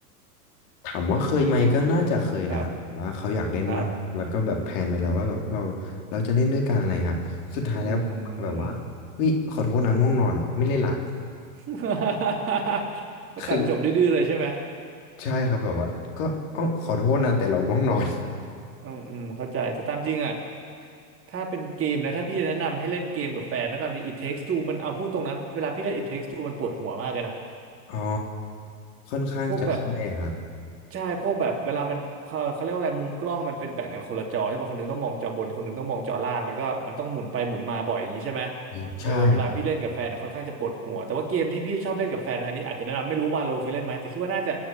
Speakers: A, on the left; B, on the right.
A: ถามว่าเคยไหมก็น่าจะเคยแหละครับว่าเขาอยากเล่นมากแล้วก็แบบแพลนไว้แล้วว่าแบบเรา
B: ครับครับ
A: เราจะเล่นด้วยกันอะไรครับสุดท้ายแล้วผมแบบว่าเฮ้ยขอโทษนะง่วงนอนอ่ะไม่เล่นละ
B: อืม <laughs> ก็ตัดจบดื้อๆเลยใช่ไหม
A: คือใช่ครับแบบว่าก็เอ้าขอโทษนะแต่เราง่วงนอน
B: อืมอืมเข้าใจแต่ตามจริงอะถ้าเป็นเกมนะถ้าพี่แนะนำให้เล่นเกมกับแฟนนะตามจริง It Takes Two มันเอาพูดตรงนะเวลาพี่เล่น It Takes Two มันปวดหัวมากเลยนะ
A: <laughs> อ๋อค่อนข้างจะใช่ครับ
B: พวกแบบ ใช่พวกแบบเวลามันเขาเขาเรียกว่าอะไรมุมกล้องมันเป็นแบ่งกันคนละจอใช่ป่ะคนหนึงต้องมองจอบนคนหนึงต้องมองจอล่างแล้วก็มันต้องหมุนไปหมุนมาบ่อยอย่างนี้ใช่ไหม
A: อืมใช่ครับ
B: เออเวลาพี่เล่นกับแฟนอะค่อนข้างจะปวดหัวแต่ว่าเกมที่พี่ชอบเล่นกับแฟนอันนี้อาจจะแนะนำไม่รู้วาโลเคยเล่นไหมแต่คิดว่าน่าจะ